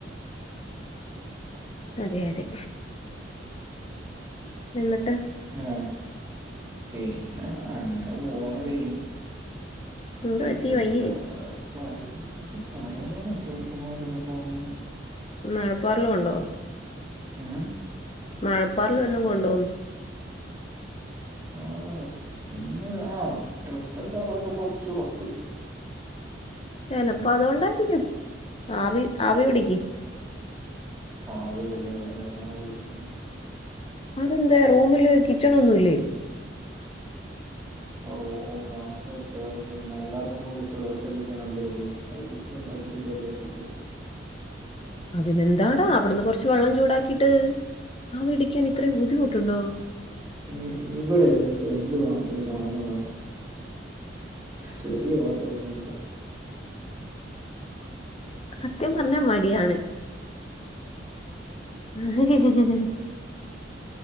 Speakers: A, on the left (about 30°); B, on the right (about 15°).
A: അതെ അതെ ന്നിട്ട്
B: ആ പിന്നെ അങ്ങനെ പോണീ
A: എന്ത് പറ്റി
B: എന്തെന്ന
A: വയ്യേ
B: വൈത് തലേനൊക്കെ എടുക്കുന്ന പോലെയൊക്കെ തോന്നുന്നു
A: മേഴപ്പാറല് കൊണ്ടോ
B: ഏ
A: മഴപ്പാറൽ വല്ലം കൊണ്ടോന്ന്
B: ആ പിന്ന ആ ഡ്രസ്സക്കെ അവരൊക്കെ കൊറച്ച് കൊണ്ടു
A: ചിലപ്പോ അതുകൊണ്ടായിരിക്കും ആവി ആവി പിടിക്ക്
B: ആവി പിടിക്കാൻ ഇവിടെ എവിടുന്ന് ആവി പിടിക്കാൻ
A: അതെന്തെ റൂമില് കിച്ചണൊന്നുമില്ലേ?
B: റൂം നമുക്ക് ഇപ്പോൾ പിന്നെ എല്ലാവർക്കും കൂടീട്ടുള്ളൂ ഒറ്റ കിച്ചണല്ലേ ഉള്ളൂ അത് കുക്ക് ഉണ്ടാക്കി തരുവല്ലേ ഫുഡ്.
A: അതിനെന്താടാ അവിടുന്ന് കൊറച്ച് വെള്ളം ചൂടാക്കിട്ട് ആവി പിടിക്കാൻ ഇത്രയും ബുദ്ധിമുട്ടുണ്ടോ?
B: ഇ ഇവിടെ എല്ലാം ചെമ്പ് കണക്കിന് സാധനമാ ചെറിയ പാത്രമൊന്നും ഇല്ല
A: സത്യം പറഞ്ഞാ മടിയാണ്. ഉം